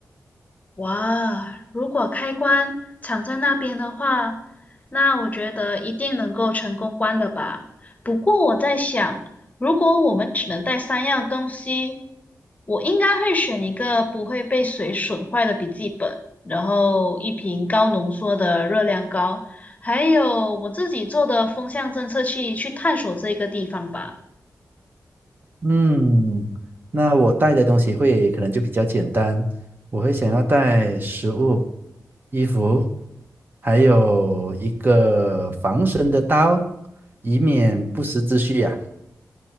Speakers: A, on the left (about 25°); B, on the right (about 35°).
A: 哇，如果开关藏在那边的话，那我觉得一定能够成功关的吧。不过我在想，如果我们只能带三样东西，我应该会选一个不会被水损坏的笔记本，然后一瓶高浓缩的热量膏，还有我自己做的风向侦测器去探索这个地方吧。
B: 嗯，那我带的东西会可能就比较简单，我会想要带食物、衣服，还有一个防身的刀，以免不时之需呀、